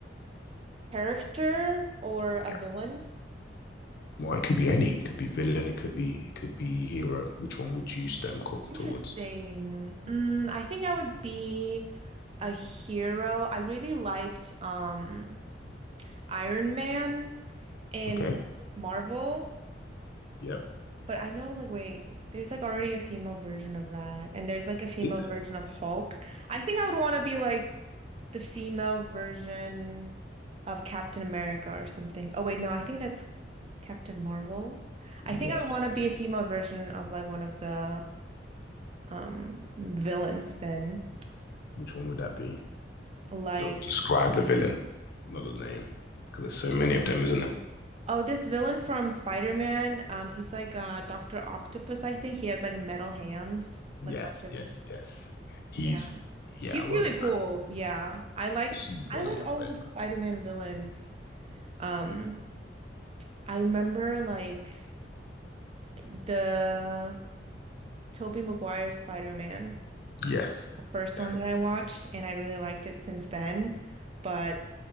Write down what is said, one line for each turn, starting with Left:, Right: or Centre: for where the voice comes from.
Right: Character or a
Left: Yeah.
Right: villain?
Left: Well, it could be any. It could be villain. It could be it could be hero. Which one would you stem call
Right: Interesting.
Left: towards?
Right: Mm, I think I would be a hero. I really liked um Iron Man in
Left: Okay.
Right: Marvel,
Left: Yep.
Right: but I know like wait, there's like already a female version of that, and there's like a female
Left: Is there?
Right: version of Hulk. I think I would want to be like the female version of Captain America or something. Oh wait, no, I think that's Captain Marvel. I
Left: Yes.
Right: think I'd want
Left: Yes.
Right: to be
Left: Yes.
Right: a female version of like one of the um villains then.
Left: Which one would that be?
Right: Like
Left: De- describe the villain, not the name, because there's so many of them, isn't there?
Right: oh, this villain from Spider-Man, um he's like uh Dr. Octopus, I think. He has like metal hands,
Left: Yes.
Right: like bunch of
Left: Yes. Yes. He's
Right: yeah.
Left: yeah.
Right: He's
Left: I won't
Right: really cool.
Left: lie.
Right: Yeah. I liked
Left: he's one
Right: I liked
Left: of my
Right: all
Left: favorite.
Right: of the Spider-Man villains. Um I remember like the Tobey Maguire's Spider-Man,
Left: Yes.
Right: the first
Left: Damn,
Right: one that I watched, and I really liked it since then. But